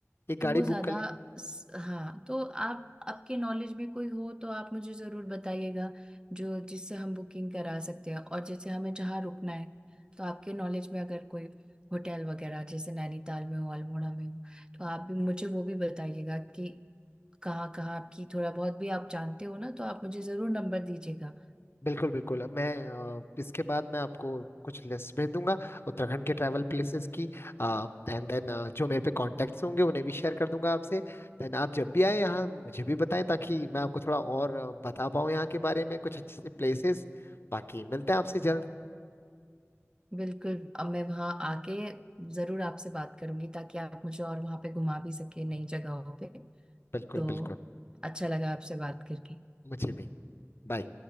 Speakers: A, on the left; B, on the right.
A: एक गाड़ी
B: तो वो
A: बुक
B: ज्यादा
A: कर ले।
B: स- हाँ तो आप आपके नॉलेज में कोई हो तो आप मुझे जरूर बताइएगा जो जिससे हम बुकिंग करा सकते हैं और जैसे हमें जहाँ रुकना है तो आपके नॉलेज में अगर कोई होटल वगैरह जैसे नैनीताल में हो अल्मोड़ा में हो तो आप भी मुझे वो भी बताइएगा कि कहाँ कहाँ आपकी थोड़ा बहुत भी आप जानते हो ना तो आप मुझे जरूर नंबर दीजिएगा
A: बिल्कुल बिल्कुल अब मैं अ, इसके बाद मैं आपको कुछ लिस्ट भेज दूंगा उत्तराखंड के ट्रैवल प्लेसेस की एंड देन जो मेरे पे कॉन्टेक्ट्स होंगे उन्हें भी शेयर कर दूंगा आपसे देन आप जब भी आए यहाँ मुझे भी बताएं ताकि मैं आपको थोड़ा और अ, बता पाऊँ यहाँ के बारे में कुछ अच्छे से प्लेसेस बाकी मिलते हैं आपसे जल्द
B: बिल्कुल अब मैं वहाँ आके जरूर आपसे बात करूंगी ताकि आप मुझे और वहाँ पे घुमा भी सके नई जगहों पे
A: बिल्कुल
B: तो
A: बिल्कुल
B: अच्छा लगा आपसे बात करके
A: मुझे भी बाय